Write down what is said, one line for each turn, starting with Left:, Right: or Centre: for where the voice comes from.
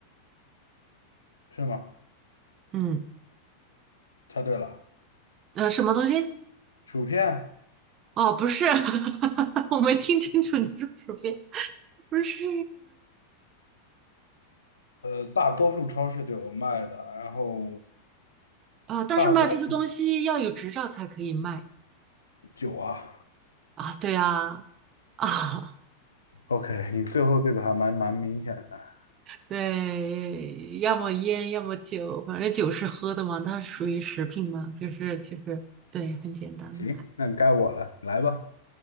Left: 是吗？
Right: 嗯，
Left: 猜对了，
Right: 呃，什么东西？
Left: 薯片，
Right: 哦，不是，<laughs> 我没听清楚你说什么呀？不是，
Left: 呃，大多数超市都有卖的，然后
Right: 啊，但是卖这个东西要有执照才可以卖
Left: 大多数酒啊。
Right: 啊。对呀，啊，
Left: OK，你最后这个还蛮蛮明显的。
Right: 对，要么烟，要么酒，反正酒是喝的嘛，它属于食品嘛，就是其实对，很简单的。
Left: 行，那该我了，来吧。